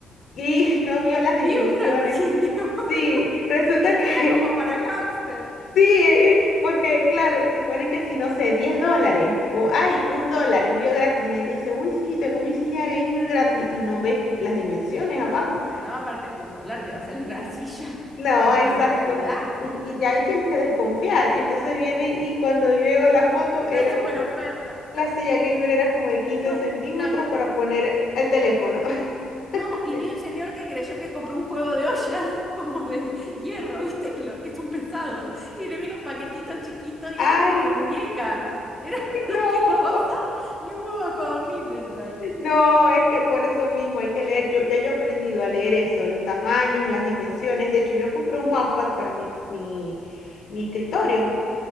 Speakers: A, on the left; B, in the centre.
A: y <laughs> no vio las
B: Vi
A: dimensiones?
B: una señora,
A: Sí, resulta
B: <laughs>
A: que
B: era como para hámster.
A: Sí, eh, porque claro, te ponen que si no sé, 10 dólares o hay un dólar envío gratis. Y la gente dice, uy, sí, tengo mi silla gamer gratis y no ves las dimensiones abajo.
B: No, aparte, un dólar te va a salir una silla,
A: No,
B: sale
A: exacto.
B: <laughs> una bestialidad,
A: Y, y ya ahí tienes que desconfiar. Entonces viene y cuando veo la foto,
B: una
A: era
B: super
A: un-
B: oferta.
A: la silla gamer era como de quince
B: No,
A: centímetros
B: también
A: para poner el teléfono. <laughs>
B: No, y
A: De-
B: vi un señor que creyó que compró un juego de ollas <laughs> como de hierro, ¿viste? Lo que son pesados. Y le viene un paquetito chiquito y
A: Ay,
B: era como de muñeca. Era <laughs>
A: <laughs>
B: para
A: no.
B: que lo va a usar. Ni un huevo de codorniz le entra ahí.
A: No, es que por eso mismo hay que leer. Yo, ya yo he aprendido a leer eso, los tamaños, las dimensiones. De hecho, yo compré un mousepad para mi, mi, mi escritorio.